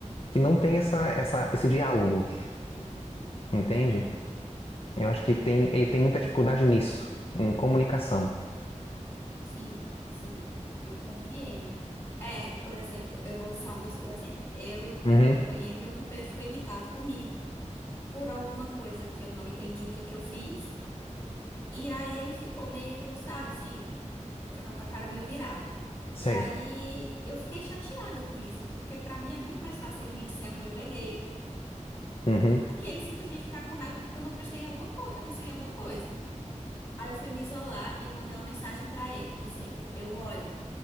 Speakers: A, on the left; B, on the left.
A: que não tem essa, essa, esse diálogo,
B: uhum,
A: entende? Eu acho que tem, ele tem muita dificuldade nisso, em comunicação.
B: sim, sim, eu compreendo. É, por exemplo, eu vou usar meu exemplo. Eu e o meu
A: Uhum.
B: companheiro, meu companheiro ficou irritado comigo por alguma coisa que eu não entendi o que é que eu fiz. E aí ele ficou meio, sabe, assim, com a com a cara meio virada.
A: Sei.
B: E aí eu fiquei chateada com isso, porque pra mim é muito mais fácil ele me disser onde eu errei
A: Uhum,
B: do que ele simplesmente ficar com raiva porque eu não prestei em alguma coi- atenção em alguma coisa. Aí eu fui me isolar e mandei uma mensagem pra ele dizendo: "Eu olha,